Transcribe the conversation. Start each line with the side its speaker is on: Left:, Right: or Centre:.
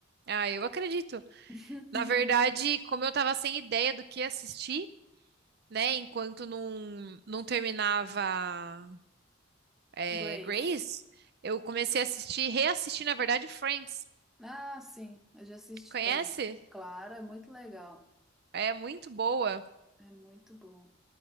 Right: Ah, eu acredito.
Centre: <laughs>
Right: Na verdade, como eu tava sem ideia do que assistir, né, enquanto não, não terminava, é,
Centre: Grace.
Right: Grace, eu comecei a assistir, reassistir, na verdade, Friends.
Centre: Ah, sim, eu já assisti
Right: Conhece?
Centre: também. Claro, é muito legal.
Right: É muito boa.
Centre: É muito bom.